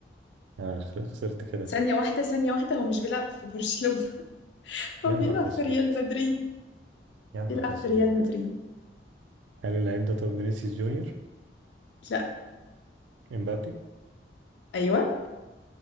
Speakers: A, on the right (about 80°); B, on the left (about 75°).
A: أنا خل- خسرت كده
B: ثانية واحدة ثانية واحدة هو مش بيلعب في برشلونة <laughs> هو
A: يا
B: بيلعب
A: نهار
B: في
A: أسود
B: ريال مدريد
A: يا نهار
B: بيلعب في
A: أسود
B: ريال مدريد
A: هل اللعيب ده طب فينيسيوس جونيور؟
B: لا
A: إمبابي؟
B: أيوة